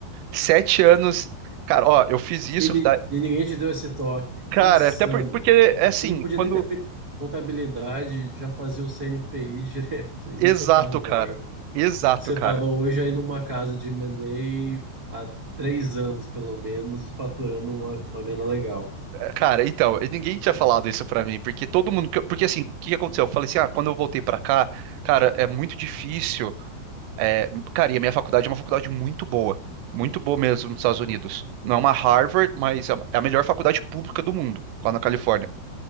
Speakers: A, on the right; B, on the right.
A: Sete anos, cara, ó, eu fiz isso,
B: E, ni-
A: da-
B: e ninguém te deu esse toque.
A: cara,
B: Que insano.
A: até por- porque, é assim,
B: Você não podia
A: quando,
B: nem ter feito contabilidade, já fazia o CNPq <laughs> direto e
A: exato,
B: tocava o
A: cara,
B: barco.
A: exato,
B: Você
A: cara.
B: estava hoje aí numa casa de M&A há três anos, pelo menos, faturando uma, uma grana legal.
A: É, Cara, então, e ninguém tinha falado isso pra mim, porque todo mundo, que eu- porque assim, o que que aconteceu? Eu falei assim, ah, quando eu voltei pra cá, cara, é muito difícil, É, cara, e a minha faculdade é uma faculdade muito boa. Muito boa mesmo nos Estados Unidos. Não é uma Harvard, mas é a é a melhor faculdade pública do mundo, lá na Califórnia.